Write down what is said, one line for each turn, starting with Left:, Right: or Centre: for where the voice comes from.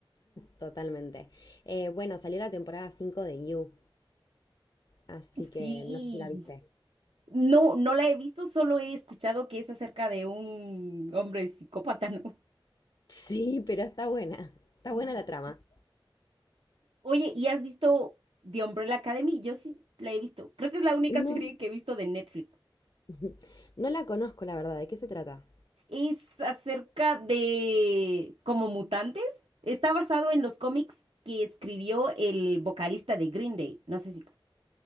Left: Totalmente. Eh, bueno, salió la temporada 5 de You, así que
Right: Sí,
Left: no sé si la viste.
Right: no, no la he visto, solo he escuchado que es acerca de un hombre psicópata, ¿no?
Left: Sí, pero está buena. Está
Right: <laughs>
Left: buena la trama.
Right: Oye, ¿y has visto The Umbrella Academy? Yo sí la he visto. Creo que es la única
Left: No,
Right: <laughs> serie que he visto de Netflix.
Left: <laughs> no la conozco, la verdad. ¿De qué se trata?
Right: Es acerca de como mutantes. Está basado en los cómics que escribió el vocalista de Green Day. No sé si...